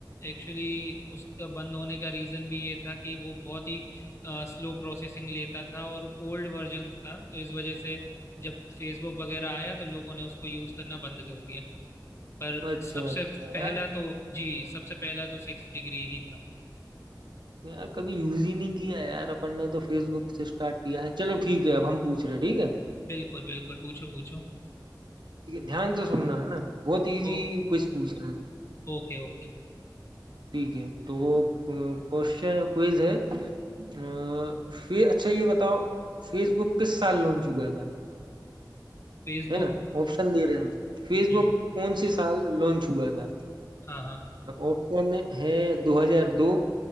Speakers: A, on the left; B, on the right.
A: एक्चुअली उसका बंद होने का रीज़न भी ये था कि वो बहुत ही स्लो प्रोसेसिंग लेता था और ओल्ड वर्जन था तो इस वजह से जब फेसबुक वगैरह आया तो लोगों ने उसको यूज़ करना बंद कर दिया पर
B: अच्छा
A: सबसे
B: अच्छा
A: पहला
B: यार
A: तो जी सबसे पहला तो सिक्स डिग्री ही था
B: यार कभी यूज ही नहीं किया यार अपन ने तो फेसबुक से स्टार्ट किया है चलो ठीक है अब हम पूछ रहे हैं, ठीक है
A: बिल्कुल बिल्कुल पूछो पूछो
B: ठीक है ध्यान से सुनना है ना बहुत इजी
A: ओ
B: क्विज पूछ रहे हैं
A: ओके ओके
B: ठीक है तो क्वेश्चन क्विज है अ, फे अच्छा ये बताओ फेसबुक किस साल लॉन्च हुआ था
A: फेसबुक
B: है ना ऑप्शन दे रहे हैं हम फेसबुक
A: हम्म
B: कौन से साल लॉन्च हुआ था
A: हाँ हाँ
B: ऑप्शन है 2002